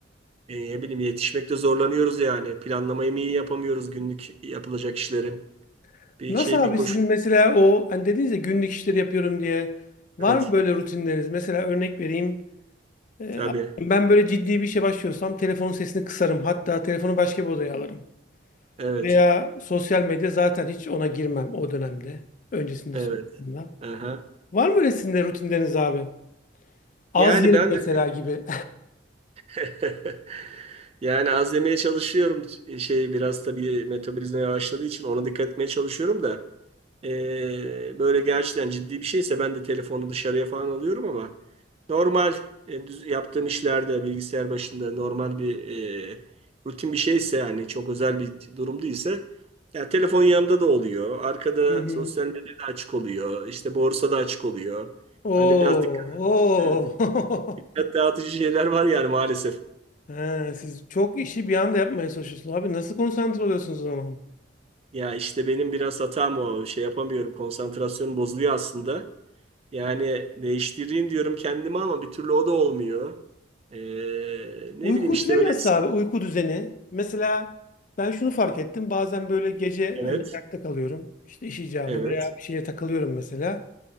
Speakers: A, on the right; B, on the left.
A: ne bileyim yetişmekte zorlanıyoruz yani. Planlamayı mı iyi yapamıyoruz günlük yapılacak işlerin?
B: <laughs>
A: Bir
B: Nasıl
A: şey
B: abi
A: bir koşu.
B: sizin mesela o hani dediniz ya günlük işleri yapıyorum diye. Var
A: Evet.
B: mı böyle rutinleriniz? Mesela örnek vereyim. E,
A: Tabii.
B: ben böyle ciddi bir işe başlıyorsam telefonun sesini kısarım. Hatta telefonu başka bir odaya alırım.
A: Evet.
B: Veya sosyal medya zaten hiç ona girmem o dönemde. Öncesinde
A: Evet.
B: sonrasında.
A: Aha.
B: Var mı öyle sizin de rutinleriniz abi? Az
A: Yani
B: yerim
A: ben
B: mesela
A: de
B: gibi.
A: <laughs> Yani az yemeye çalışıyorum. Şey biraz tabii metabolizma yavaşladığı için ona dikkat etmeye çalışıyorum da. Ee, böyle gerçekten ciddi bir şeyse ben de telefonu dışarıya falan alıyorum ama normal e, düz- yaptığım işlerde bilgisayar başında normal bir e, rutin bir şeyse yani çok özel bir durum değilse yani telefon yanımda da oluyor. Arkada
B: <laughs> Hı hı.
A: sosyal medyada açık oluyor. İşte borsa da açık oluyor.
B: Oo,
A: Hani biraz dikkat, evet,
B: oo.
A: dikkat dağıtıcı şeyler var yani maalesef.
B: <laughs> He, siz çok işi bir anda yapmaya çalışıyorsunuz. Abi nasıl konsantre oluyorsunuz o zaman?
A: Ya işte benim biraz hatam o. Şey yapamıyorum. Konsantrasyonum bozuluyor aslında. Yani değiştireyim diyorum kendime ama bir türlü o da olmuyor. Ee, ne
B: Uyku
A: bileyim işte
B: düzeni
A: böyle.
B: nasıl abi? Uyku düzeni. Mesela ben şunu fark ettim. Bazen böyle gece
A: Evet.
B: hani ayakta kalıyorum. İşte iş icabı
A: Evet.
B: veya bir şeye takılıyorum mesela.